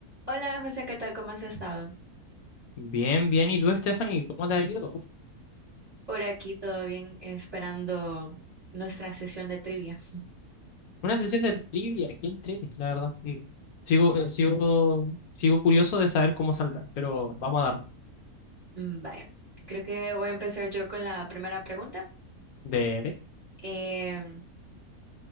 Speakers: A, on the right; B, on the left.
A: Hola José, ¿qué tal? ¿Cómo has estado?
B: Bien, bien. ¿Y tú, Stephanie? ¿Cómo te ha ido?
A: Por aquí todo bien, esperando nuestra sesión de trivia.
B: Una sesión de trivia, qué entrete, la verdad. Y Sigo, eh, sigo, sigo curioso de saber cómo saldrá, pero vamos a darle.
A: Mm, Vaya, creo que voy a empezar yo con la primera pregunta.
B: De
A: Em,